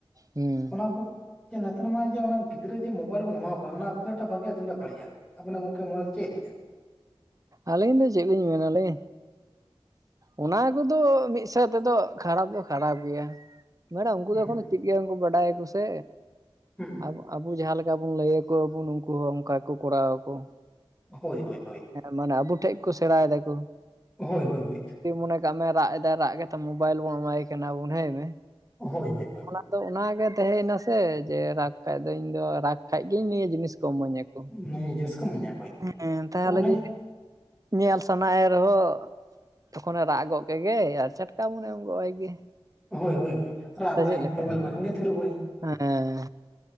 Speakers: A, on the right; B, in the centre.
A: ᱦᱩᱸ
B: ᱚᱱᱟ ᱠᱩ ᱡᱮ ᱱᱮᱛᱟᱨ ᱢᱟ ᱡᱮ ᱚᱱᱟ ᱜᱤᱫᱽᱨᱟᱹ ᱡᱮ ᱢᱳᱵᱟᱭᱤᱞ ᱵᱚᱱ ᱮᱢᱟᱣᱟᱠᱚ ᱠᱟᱱᱟ ᱚᱱᱟ ᱛᱤᱱᱟᱜᱴᱟᱜ ᱵᱷᱟᱜᱤᱭᱟ ᱛᱤᱱᱟᱹᱴᱟᱜ ᱵᱟᱲᱤᱜᱼᱟ? ᱟᱵᱮᱱᱟᱜ ᱜᱚᱝᱠᱮ ᱢᱚᱸᱱᱮ ᱫᱚ ᱪᱮᱜ ᱞᱮᱭᱟ?
A: ᱟᱞᱤᱧ ᱫᱚ ᱪᱤᱜ ᱞᱤᱧ ᱢᱮᱱᱟᱞᱤᱧ᱾ ᱚᱱᱟ ᱠᱚᱫᱚ ᱢᱤᱫ ᱥᱟᱸᱣᱛᱮᱫᱚ ᱠᱷᱟᱨᱟᱯ ᱫᱚ ᱠᱷᱟᱨᱟᱯ ᱜᱮᱭᱟ᱾ ᱢᱮ ᱩᱱᱠᱩ
B: ᱦᱩᱸ
A: ᱫᱚ ᱮᱠᱷᱚᱱᱳ ᱪᱮᱫ ᱜᱮ ᱵᱟᱝᱠᱩ ᱵᱟᱰᱟᱭᱟᱠᱚ ᱥᱮ
B: ᱦᱩᱸ
A: ᱟᱵᱚ ᱟᱵᱩ ᱡᱟᱦᱟᱸ ᱞᱮᱠᱟ ᱵᱩᱱ ᱞᱟᱹᱭ ᱟᱠᱩ ᱟᱵᱩᱱ ᱱᱩᱝᱠᱩ ᱦᱚᱸ ᱚᱝᱠᱟᱜᱮᱠᱚ ᱠᱚᱨᱟᱣ ᱟᱠᱳ᱾
B: ᱦᱳᱭ ᱦᱳᱭ ᱦᱳᱭ
A: ᱢᱟᱱᱮ ᱟᱵᱚ ᱴᱷᱮᱡᱽ ᱠᱚ ᱥᱮᱬᱟᱭ ᱫᱟᱭᱠᱚ
B: ᱦᱳᱭ ᱦᱳᱭ ᱦᱳᱭ
A: ᱡᱩᱫᱤ ᱢᱚᱱᱮ ᱠᱟᱜ ᱢᱮ ᱨᱟᱜ ᱮᱫᱟᱭ ᱨᱟᱜ ᱠᱟᱛᱮ ᱢᱳᱵᱟᱭᱤᱞ ᱵᱚᱱ ᱮᱢᱟᱭ ᱠᱟᱱᱟ ᱵᱚᱱ ᱦᱟᱸᱭ ᱢᱮ᱾
B: ᱦᱳᱭ ᱦᱳᱭ ᱦᱳᱭ
A: ᱟᱫᱚ ᱚᱱᱟᱜ ᱜᱮ ᱛᱟᱦᱮᱸᱭᱮᱱᱟ ᱥᱮ ᱡᱮ ᱨᱟᱜᱽ ᱠᱷᱟᱡ ᱫᱚ ᱤᱧ ᱫᱚ ᱨᱟᱜᱽ ᱠᱷᱟᱡ ᱜᱤᱧ ᱱᱤᱭᱟᱹ ᱡᱤᱱᱤᱥ ᱠᱚ ᱤᱢᱟᱹᱧᱟ ᱠᱚ
B: ᱱᱤᱭᱟᱹ ᱡᱤᱱᱤᱥ ᱠᱚ ᱢᱚᱱᱮᱭᱟ ᱦᱳᱭ
A: ᱦᱮ ᱛᱟᱦᱚᱞᱮ
B: ᱚᱱᱮ
A: ᱡᱩᱫᱤ ᱧᱮᱞ ᱥᱟᱱᱟᱭᱮ ᱨᱮᱦᱚᱸ ᱛᱚᱠᱷᱚᱱᱮ ᱨᱟᱜ ᱜᱚᱫᱽ ᱠᱮᱫᱜᱮ ᱟᱨ ᱪᱟᱴᱠᱟ ᱵᱚᱱᱮ ᱮᱢ ᱜᱚᱜ ᱟᱭ ᱜᱮ᱾
B: ᱦᱳᱭ ᱦᱳᱭ ᱦᱳᱭ ᱨᱟᱜ
A: ᱥᱮ
B: ᱫᱟᱭ
A: ᱪᱮᱫ ᱞᱮᱠᱟ
B: ᱢᱳᱵᱟᱭᱤᱞ ᱮᱢᱟᱭ ᱠᱷᱟᱱ ᱜᱮ ᱛᱷᱤᱨᱚᱜ ᱟᱭ᱾
A: ᱦᱮᱸ